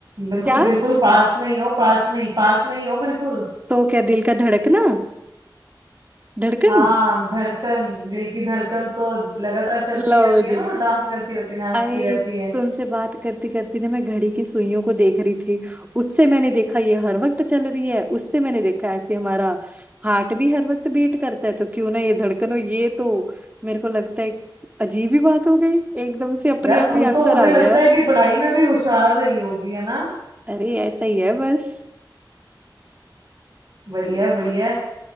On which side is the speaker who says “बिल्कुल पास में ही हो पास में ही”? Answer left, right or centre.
Right